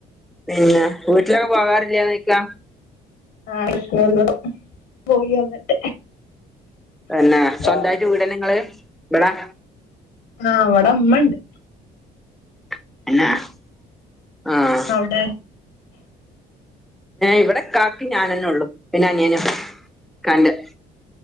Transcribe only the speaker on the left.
ആഹ <unintelligible> പോയി വന്നിട്ട്.
ആ
ആഹ് ഇവടമ്മണ്ട്.
അവിടെ?